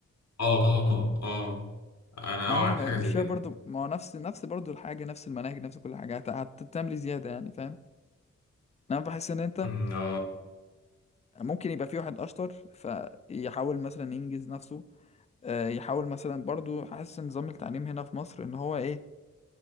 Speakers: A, on the left; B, on the left.
A: اه اه اه انا
B: يعني
A: اوعى
B: انا
A: عن
B: ما-
A: حاجة
B: مش
A: زي
B: شايف
A: كده
B: برضو ما هو نفس نفس برضو الحاجة نفس المناهج نفس كل حاجة هت- هتعمل إيه زيادة يعني فاهم انا بحس ان انت
A: أمم، اه
B: ممكن يبقى في واحد اشطر فيحاول مثلا ينجز نفسه آه، يحاول مثلا برضو حاسس ان نظام التعليم هنا في مصر ان هو ايه